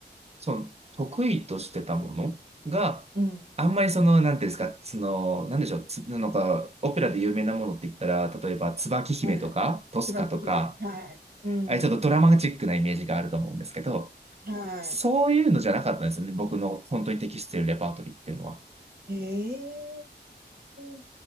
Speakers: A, on the right (about 35°); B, on the right (about 55°).
A: その得意としてたものが、
B: うん、
A: あんまりその、
B: うん、
A: なんていうんですか、その、なんでしょう、つなんか、オペラで有名なものって言ったら、例えば、椿姫とか、
B: うん。
A: トスカとか、
B: 椿姫。はい。うん、
A: あれちょっとドラマチックなイメージがあると思うんですけど、
B: は
A: そういうのじゃなかったんですよね、僕の本当に適しているレパートリーっていうのは。
B: い。ええ